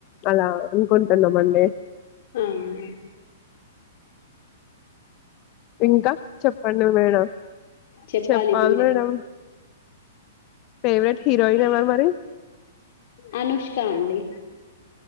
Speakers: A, on the left; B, on the left.
A: అలా అనుకుంట మందే
B: వన్ డే
A: ఇంకా చెప్పండి మేడం
B: చెప్పాలి
A: చెప్పాల్
B: మీరే
A: మేడం ఫెవరెట్ హిరోయిన్ ఎవరు మేడం
B: అనుష్కా అండి